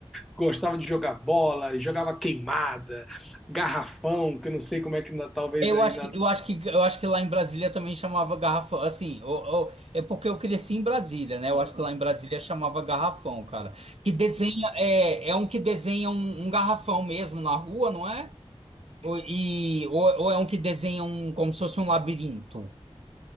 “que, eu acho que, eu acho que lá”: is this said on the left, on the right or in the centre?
Right